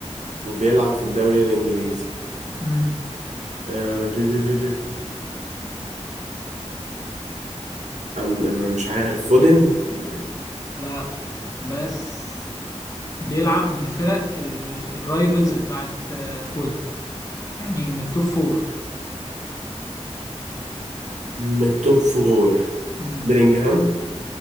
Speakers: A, on the right; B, on the left.
A: وبيلعب في الدوري الانجليزي
B: امم
A: آه دي دي دي دي. أم أم مش عارف فودن يعني
B: لا بس بيلعب من الفرق ال- الرايفلز بتاعت آه، فول يعني من التوب فور
A: من التوب فور
B: امم
A: بلينجهام